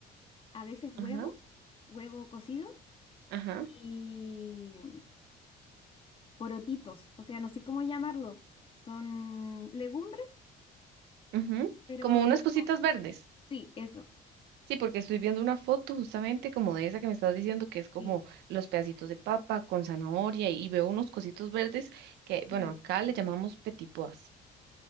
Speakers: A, on the left; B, on the right.
A: a veces huevo,
B: ajá,
A: huevo cocido
B: ajá,
A: y porotitos, o sea, no sé cómo llamarlo, son legumbres,
B: ujú,
A: pero
B: Como
A: es
B: unas cositas
A: como-
B: verdes.
A: sí, eso,
B: Sí, porque estoy viendo una foto justamente como de esa que me estás diciendo que es como
A: sí,
B: los pedacitos de papa con zanahoria y veo unos cositos verdes que,
A: sí.
B: bueno, acá le llamamos petipoas.